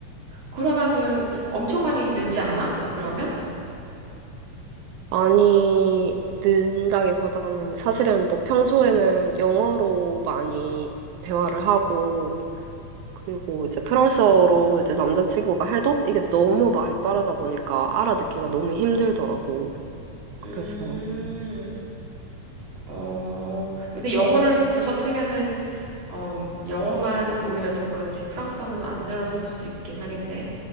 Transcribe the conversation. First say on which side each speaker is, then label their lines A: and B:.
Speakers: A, on the right; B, on the right.
A: 그러면은 엄청 많이 늘지 않아? 그러면?
B: 많이 는다기보다는 사실은 뭐 평소에는 영어로 많이 대화를 하고 그리고 이제 프랑스어로 이제 남자친구가 해도 이게 너무 말이 빠르다 보니까 알아듣기가 너무 힘들더라고.
A: 음.
B: 그래서 음,
A: 어, 근데 영어를 계속 썼으면은 어, 영어만 오히려 더 그렇지 프랑스어는 안 늘었을 수 있긴 하겠네.